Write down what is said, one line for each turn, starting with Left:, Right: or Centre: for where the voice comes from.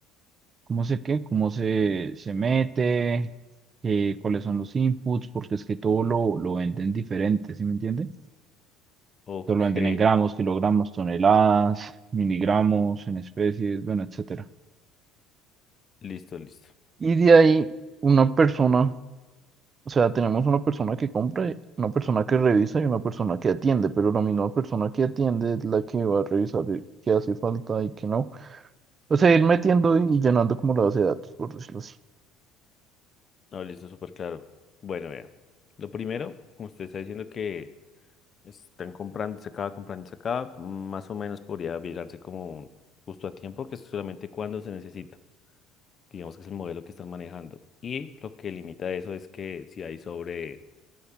Right: cómo se qué, cómo se, se mete, eh, cuáles son los inputs, porque es que todo lo, lo venden diferente, ¿sí me entiende?
Left: Ok,
Right: Todo lo venden en gramos, kilogramos, toneladas, miligramos, en especies, bueno, etcétera.
Left: listo, listo.
Right: Y de ahí una persona, o sea, tenemos una persona que compra, una persona que revisa y una persona que atiende, pero la misma persona que atiende es la que va a revisar el- qué hace falta y qué no. O sea, ir metiendo y llenando como la base de datos, por decirlo así.
Left: No, listo, súper claro. Bueno, vea. Lo primero, como usted está diciendo que Están comprándose acá, comprándose acá, más o menos podría virarse como un justo a tiempo, que es solamente cuando se necesita. Digamos que es el modelo que están manejando. Y lo que limita eso es que si hay sobre,